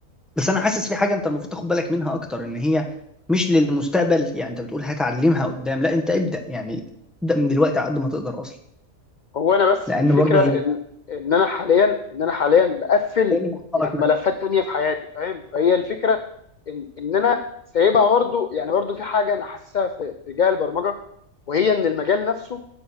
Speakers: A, in the centre; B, on the left.
A: بس انا حاسس في حاجه انت المفروض تاخد بالك منها اكتر ان هي مش للمستقبل يعني انت بتقول هتعلمها قدام لا انت ابدا يعني ابدا من دلوقتي على قد ما تقدر اصلا
B: هو انا بس
A: لان
B: الفكره
A: برضو هي
B: ان ان انا حاليا ان انا حاليا بقفل
A: إيه اللي معطلك
B: يعني
A: مثلا
B: ملفات تانية في حياتي فاهم فهي الفكره ان ان انا سايبها برضو يعني برضو في حاجه انا حاسسها في اتجاه البرمجه وهي ان المجال نفسه